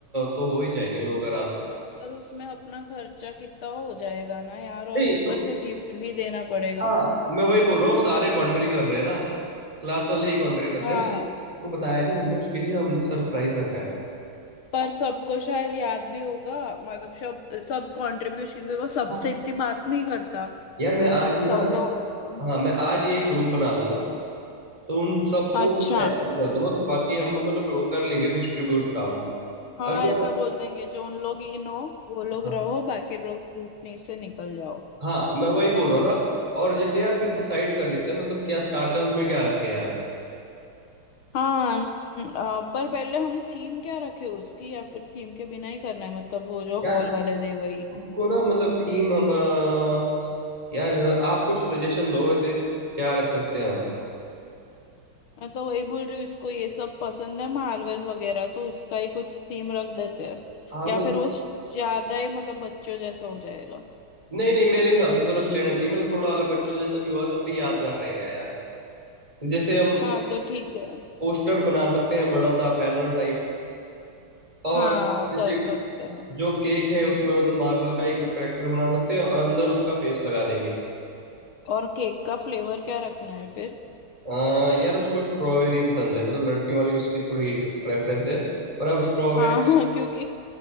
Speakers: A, on the right; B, on the left.
A: तो हो ही जाएंगे लोग आराम से
B: पर उसमें अपना खर्चा कितना हो जाएगा ना यार और
A: नहीं
B: ऊपर
A: तो
B: से गिफ्ट भी देना पड़ेगा
A: हाँ मैं वही बोल रहा हूँ सारे कॉन्ट्री कर रहे हैं ना क्लास वाले ही कॉन्ट्री कर रहे
B: हाँ
A: हैं उसको बताया नहीं हमने उसके लिए हमने सरप्राइज रखा है वो
B: पर सबको शायद याद भी होगा मतलब सब सब कंट्रीब्यूशन क्योंकि वो सबसे
A: हाँ।
B: इतनी बात नहीं करता
A: यार मैं
B: तो
A: आज
B: सब
A: ही ना
B: लोग मतलब
A: हाँ मैं आज ही एक ग्रुप बना लूंगा तो उन सबको
B: अच्छा
A: ऐड कर दूंगा तो बाकी हम मतलब वो कर लेंगे डिस्ट्रीब्यूट काम
B: हाँ
A: अब यार
B: ऐसा बोल देंगे जो उन लोग इन हो वो लोग
A: हाँ
B: रहो बाकी लोग ग्रुप में से निकल जाओ
A: हाँ, मैं वही बोल रहा था और जैसे यार फिर डिसाइड कर लेते हैं मतलब क्या स्टार्टर्स में क्या रखें यार
B: हाँ न- आ, पर पहले हम थीम क्या रखे उसकी या फिर थीम के बिना ही करना है मतलब वो जो
A: यार
B: हॉल वाले दे वही
A: को ना मतलब थीम हम अ, यार आप कुछ सजेशन दो वैसे क्या रख सकते हैं हम
B: मैं तो वही बोल रही हूँ इसको ये सब पसंद है मार्वल वगैरह तो उसका ही कुछ थीम रख देते हैं
A: हाँ
B: या
A: मतलब
B: फिर वो श- ज्यादा ही मतलब बच्चों जैसा हो जाएगा
A: नहीं नहीं मेरे हिसाब से तो रख लेना चाहिए मतलब थोड़ा अगर बच्चों से सभी हुआ तब भी यादगार रहेगा यार तो जैसे हम
B: हाँ तो ठीक है
A: पोस्टर बना सकते हैं बड़ा सा बैनर टाइप और
B: हाँ
A: जैसे
B: कर सकते हैं
A: जो केक है उसमें मतलब मार्वल का ही कुछ करेक्टर बना सकते हैं और अंदर उसका फेस लगा देंगे
B: और केक का फ्लेवर क्या रखना है फिर
A: अ, यार उसको स्ट्रॉबेरी पसंद है मतलब लड़कियों वाली उसकी थोड़ी प्रेफरेंस है पर अब स्ट्रॉबेरी
B: हाँ <laughs> हाँ क्योंकि